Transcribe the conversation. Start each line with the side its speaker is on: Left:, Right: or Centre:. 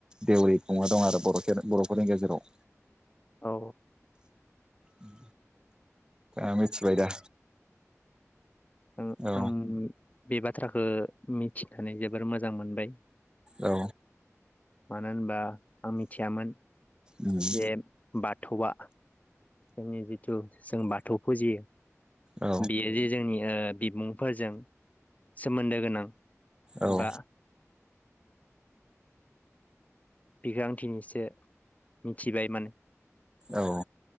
Right: देवरि खुङा दं आरो बर बर'फोरनि गेजेराव।
Left: औ
Right: उम दा मिथिबाय दा?
Left: ओ
Right: औ
Left: आं बे बाथ्राखौ मिथिनानै जोबोर मोजां मोनबाय।
Right: औ
Left: मानो होनबा आं मिथियामोन
Right: उम
Left: जे बाथौआ जोंनि जिथु जों बाथौ फुजियो
Right: औ
Left: बेयो जे जोंनि ओ बिमुं फोरजों सोमोन्दो गोनां
Right: औ
Left: एबा बिखौ आं दिनिसो मिथिबाय माने
Right: औ